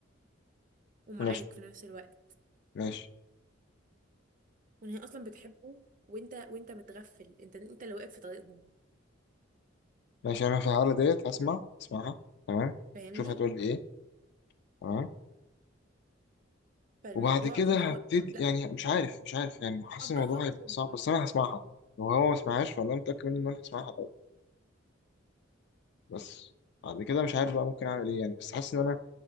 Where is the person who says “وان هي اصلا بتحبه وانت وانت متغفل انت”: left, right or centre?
Right